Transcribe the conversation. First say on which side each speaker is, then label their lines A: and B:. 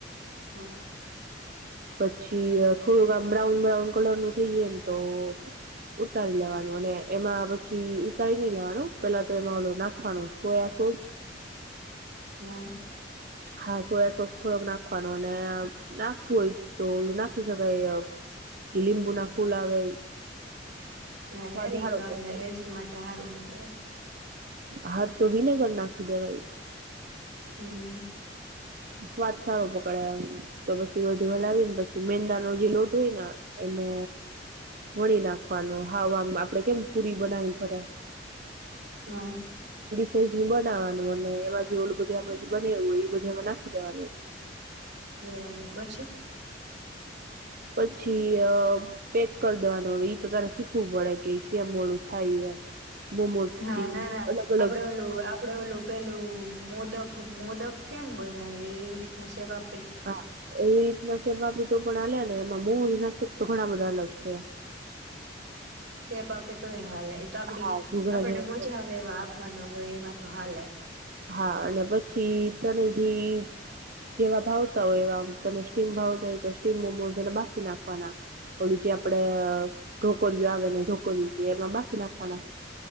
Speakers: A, on the right; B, on the right.
A: હા.
B: પછી થોડુંક આમ બ્રાઉન બ્રાઉન કલર નું થઈ જાયને તો ઉતારી લેવાનું અને એમાં પછી ઉતારી નહીં લેવાનું પેલા તો એમાં ઓલું નાખવાનું સોયા સોસ
A: હા.
B: હા સોયા સોસ થોડોક નાખ નાખવાનું અને નાખવું હોય તો ઓલું નાખી શકાય અ જે લીંબુના ફૂલ આવે.
A: ના
B: સ્વાદ
A: યાર ઈ
B: હારો
A: તો આપણા
B: પકડે
A: હેલ્થ માટે હારું નો <unintelligible>
B: હા તો વિનેગર નાખી દેવાય.
A: હમ્મ.
B: સ્વાદ સારો પકડાય એમ તો પછી બધું હલાવીને પછી મેંદા નો જી લોટ હોય ના એને વણી નાખવાનો હાવ આમ આપણેે કેમ પુરી બનાવી પડે
A: હા.
B: સાઈઝ નું બનાવવાનું અને એમાં જી ઓલું બધું આપણે જી બનાયું હોય ઈ. બધુ એમાં નાખી દેવાનું.
A: બરાબર પછી?
B: પછી અહ પેક કર દેવાનું હવે ઈ તો તારે શીખવું પડે કે ઈ કેમ ઓલું થાય એમ. મોમોઝ
A: હા
B: જેવી
A: ના ના
B: અલગ અલગ
A: આપણે ઓલું આપણે ઓલું પેલું મોદક મોદક કેમ બનાવે એવી રીતના સેબ આપ
B: હા એવી રીતના સેપ આપી તો પણ હાલેને. પણ એમાં મૂલ નસિક તો ઘણા બધા અલગ છે એમ.
A: પાપે તોયા. હાલે એ તો આપણી
B: હા ઘૂઘરા
A: આપણને
B: જેવા
A: મજા આવે એવા આપવાના હોય. હો એમાં તો હાલે.
B: હા અને પછ છી તને જી જેવા ભાવતા હોય એવા તને સ્ટીમ ભાવતા હોય તો સ્ટીમ મોમોઝ એને બાફી નાખવાના ઓલું જે આપણેે અહ ઢોકળિયો આવે એને ઢોકળીયું કહે એમાં બાફી નાખવાના.